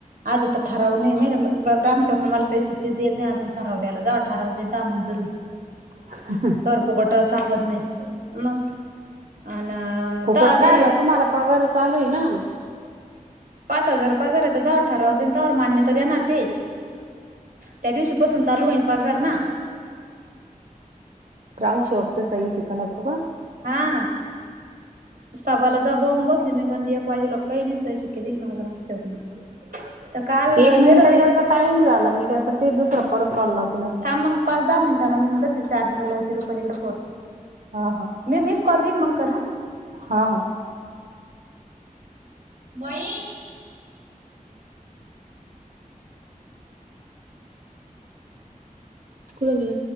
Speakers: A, on the right; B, on the right.
A: आजुन तर ठराव नाही मीन म ग- ग्रामसेवक न मला सही शिक्के दिले नाही अजून ठराव द्याला जावा ठराव दिलता मंजूर होई
B: <inaudible>
A: कर फुगट चाबत नाही, मग, अन
B: फुकट
A: तवा बी
B: कायला तुम्हाला पगार चालूये ना.
A: पाच हजार पगारे तर जाव ठराव देन तर मान्यता देणार ते. त्या दिवशी पासून चालू होईन पागार ना.
B: ग्रामसेवकच सही शिका लागतो का?
A: हा. सभला जा बऊून बसली मी गंज एक वाजेलो कही नाही सही शिक्के दिले मला ग्रामसेवकन. तर काल येल
B: एक मिनिट
A: होते
B: येज
A: की
B: टाइम झाला मी काय करते दुसरा परत कॉल लावते ल
A: आ मग पाच दहा मिनटांना मी तशीच चार्जिंगला लावीती रुपालीकड फोन.
B: हा हा
A: मी मिस कॉल दिन मंग कर ह.
B: हा हा
A: मइ
B: कुळवे